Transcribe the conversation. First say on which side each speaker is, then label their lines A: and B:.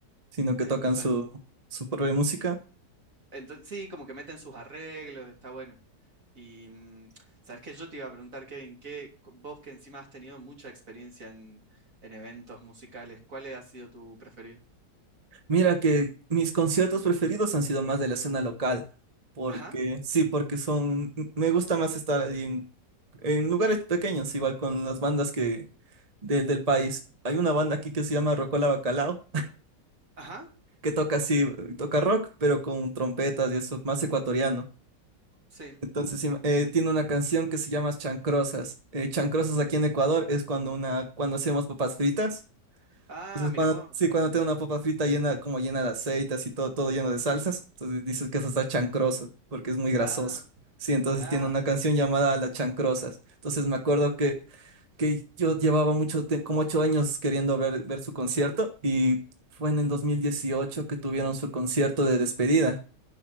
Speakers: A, on the right; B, on the right.
A: sino que
B: Eh,
A: tocan
B: Entonces
A: su, su propia música.
B: Entonces, sí, como que meten sus arreglos, está bueno. Y mm, sabes que yo te iba a preguntar, Kevin, que vos que encima has tenido mucha experiencia en, en eventos musicales, ¿cuál ha sido tu preferido?
A: Mira que mis conciertos preferidos han sido más de la escena local, porque
B: Ajá,
A: sí, porque son, me gusta más estar ahí en, en lugares pequeños, igual con las bandas que del del país. Hay una banda aquí que se llama Rocola Bacalao,
B: ajá,
A: que toca así, toca rock, pero con trompetas y eso, más ecuatoriano.
B: sí.
A: Entonces, sí, eh, tiene una canción que se llama Chancrosas. Eh, chancrosas aquí en Ecuador es cuando una, cuando hacemos papas fritas
B: Ah,
A: Entonces,
B: mira
A: cuando,
B: vos.
A: sí, cuando tiene una papa frita llena, como llena de aceite, así todo, todo lleno de salsas, entonces dices que eso está chancroso, porque es muy
B: Ah,
A: grasoso. Sí, entonces
B: ah,
A: tiene una canción llamada Las Chancrosas. Entonces me acuerdo que, que yo llevaba mucho, te- como ocho años queriendo ver, ver su concierto y fue en el 2018 que tuvieron su concierto de despedida